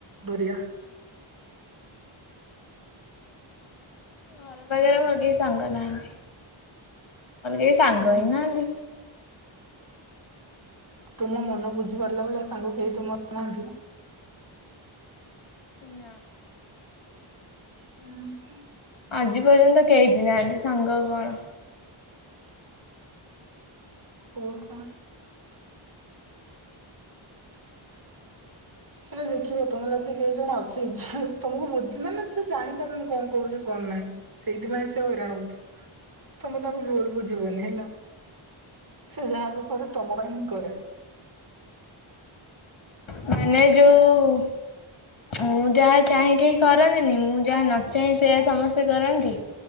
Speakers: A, on the right (about 40°); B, on the left (about 65°).
A: ବରିଆ
B: ଘରେ ବଗର ମୁର୍ଗେଇ ସାଙ୍ଗନାହାନ୍ତି। ମ କେ ସଙ୍ଗ
A: ହୁଁ
B: ହେଇ ନାନ୍ତି।
A: ତୁମ ମନ ବୁଝି ପାରିଲା ଭେଳିଆ ସାଙ୍ଗ କେହି ତୁମର ନାହାନ୍ତି।
B: ନା
A: ହୁଁ।
B: ଆଜି ପର୍ଯ୍ୟନ୍ତ କେହି ବି ନାହାନ୍ତି ସାଙ୍ଗ କଣ
A: ଓହୋ। ହେଲେ ଦେଖିବ ତମେ ଲାଗେ କେଇ ଜଣ ଅଛି ତମକୁ ମାନେ ସେ ଜାଣିପାରୁନି କଣ କରୁଛି କଣ ନାହିଁ ସେଇଥିପାଇଁ ସେ ହଇରାଣ ହଉଛି ତମେ ତାଙ୍କୁ ଭୁଲ ବୁଝିବନି ହେଲା ସେ ଯାହା ବି କରେ ତମ ପାଇଁ ହିଁ କରେ।
B: ମାନେ ଯୋଉ ମୁଁ ଯାହା ଚାହିେଁ କେହି କରନ୍ତିନି ମୁଁ ଯାହା ନଚହିଁ ସେୟ ସମସ୍ତେ କରନ୍ତି